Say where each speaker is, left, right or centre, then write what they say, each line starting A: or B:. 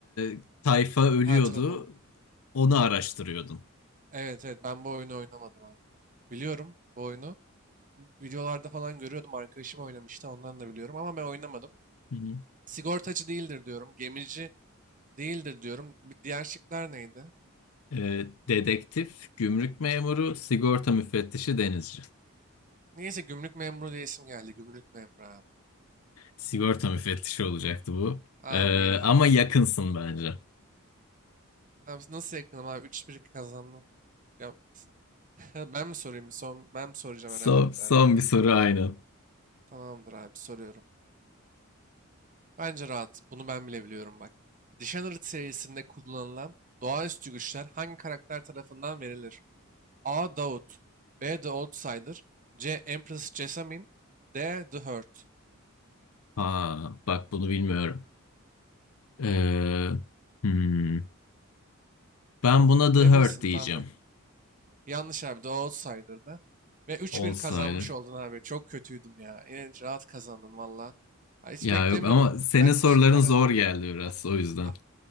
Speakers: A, on the left; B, on the right.
A: e, tayfa ölüyordu.
B: Ha, hatırladım.
A: Onu araştırıyordun.
B: Evet evet ben bu oyunu oynamadım abi. Biliyorum bu oyunu. Videolarda falan görüyordum. Arkadaşım oynamıştı ondan da biliyorum ama ben oynamadım.
A: Hı hı.
B: Sigortacı değildir diyorum. Gemici değildir diyorum. Bir diğer şıklar neydi?
A: E, dedektif, gümrük memuru, sigorta müfettişi, denizci.
B: Neyse gümrük memuru diye isim geldi. Gümrük memuru abi.
A: Sigorta müfettişi olacaktı bu.
B: Abi
A: E,
B: ya
A: ama
B: of
A: yakınsın bence.
B: Abi nasıl yakınım abi? 3-1 kazandın. Ya, <laughs> ben mi sorayım? bir Son, ben mi soracağım
A: Son,
B: herhalde bir
A: son
B: de herhalde.
A: bir soru aynı.
B: Tamamdır abi soruyorum. Bence rahat. Bunu ben bile biliyorum bak. Dishonored serisinde kullanılan doğaüstü güçler hangi karakter tarafından verilir? A. Daud B. The Outsider C. Empress Jessamine D. The Hurt
A: Ha, bak bunu bilmiyorum. E, hmm, ben buna The
B: Bilebilirsin
A: Hurt diyeceğim.
B: tahmin. Yanlış abi. The Outsider'da. Ve 3-1
A: Olsaydı.
B: kazanmış oldun abi. Çok kötüydüm ya. Yine rahat kazandın valla. Ha, Hiç
A: Ya
B: beklemiyordum
A: yok ama senin
B: ben
A: soruların
B: bu soruları.
A: zor geldi biraz
B: A-
A: o yüzden.
B: a-